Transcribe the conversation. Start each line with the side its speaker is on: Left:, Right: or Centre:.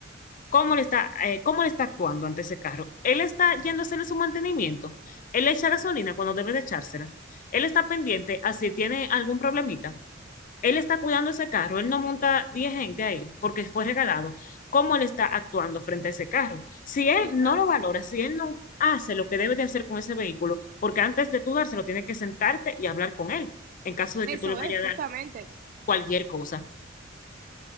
Left: cómo le está, eh, cómo le está actuando ante ese carro. Él está yendo a hacerle su mantenimiento. Él le echa gasolina cuando debe de echársela. Él está pendiente a si tiene algún problemita. Él está cuidando ese carro, él no monta 10 gente ahí porque fue regalado. ¿Cómo él está actuando frente a ese carro? Si él
Right: Exacto.
Left: no lo valora, si él no hace lo que debe de hacer con ese vehículo, porque antes de tú dárselo, tienes que sentarte y hablar con él, en caso de
Right: Eso
Left: que tú le vayas
Right: es,
Left: a
Right: justamente.
Left: dar cualquier cosa.